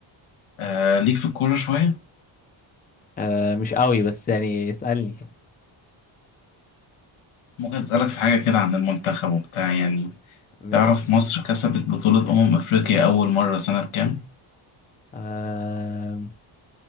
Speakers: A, on the left (about 80°); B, on the left (about 20°).
A: آه ليك في الكورة شوية
B: آه مش قوي بس يعني اسألني
A: ممكن اسألك في حاجة كده عن المنتخب وبتاع يعني
B: ماشي
A: تعرف مصر كسبت بطولة أمم أفريقيا أول مرة سنة كام؟
B: آه